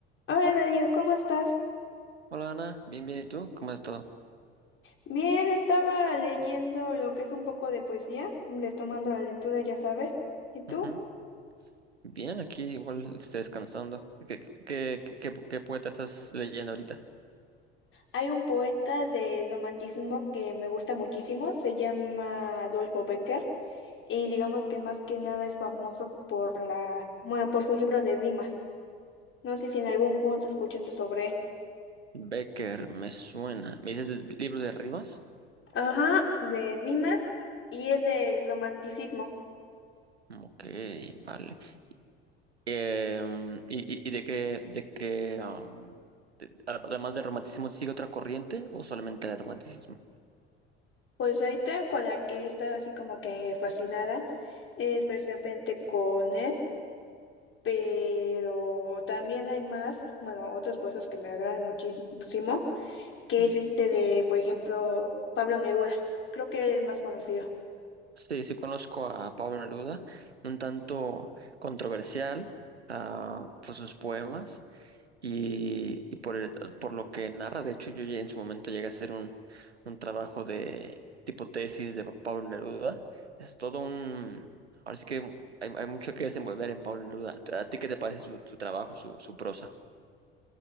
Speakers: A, on the left; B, on the right.
A: Hola Darío, ¿cómo estás?
B: Hola Ana, bien, bien, ¿y tú? ¿Cómo es todo?
A: Bien, estaba leyendo lo que es un poco de poesía, retomando la lectura, ya sabes. ¿Y tú?
B: Ujú. Bien, aquí igual estoy descansando. ¿Qué, qué, qué, qué- qué poeta estás leyendo ahorita?
A: Hay un poeta del romanticismo que me gusta muchísimo, se llama Adolfo Becker, y digamos que más que nada es famoso por la, bueno, por su libro de rimas. No sé si en algún punto escuchaste sobre él.
B: Becker, me suena. ¿Me dices de- libros de rimas?
A: Ajá, de rimas y es del romanticismo.
B: Ok, vale. Em, ¿y, y- y de qué, de qué, am, de- además del romanticismo, sigue otra corriente o solamente el romanticismo?
A: Pues ahorita con la que he estado así como que fascinada es precisamente con él. Pero también hay más, bueno, otros puestos que me agradan muchísimo, que
B: Ujú.
A: es este de, por ejemplo, Pablo Neruda. Creo que él es más conocido.
B: Sí, sí conozco a Pablo Neruda, un tanto controversial ah, por sus poemas y, y por el- por lo que narra. De hecho, yo ya en su momento llegué a hacer un, un trabajo de tipo tesis de Pablo Neruda. Es todo un... Ahora sí que hay, hay mucho que desenvolver en Pablo Neruda. ¿A ti qué te parece su, su trabajo, su, su prosa?